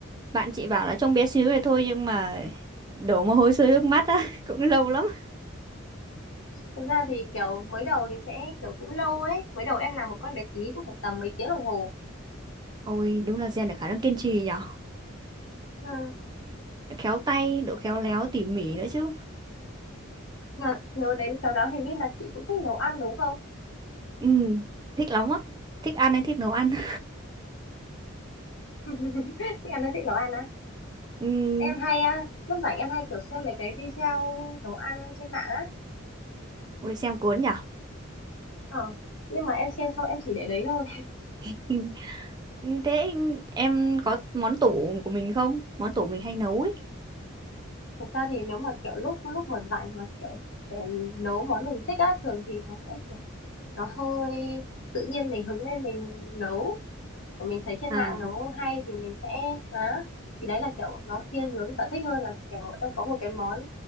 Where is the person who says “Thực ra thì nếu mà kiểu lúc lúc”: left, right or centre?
Left